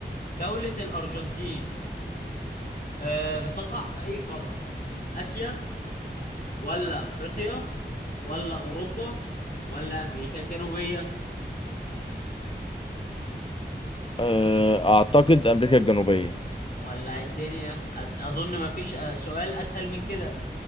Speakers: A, on the left; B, on the left.
A: دولة الارجنتين آه بتقع في اي قارة اسيا ولا افريقيا ولا اوروبا ولا امريكا الجنوبية
B: أه، أعتقد أمريكا الجنوبية
A: ولع الدنيا أت- اظن ما فيش آه، سؤال اسهل من كده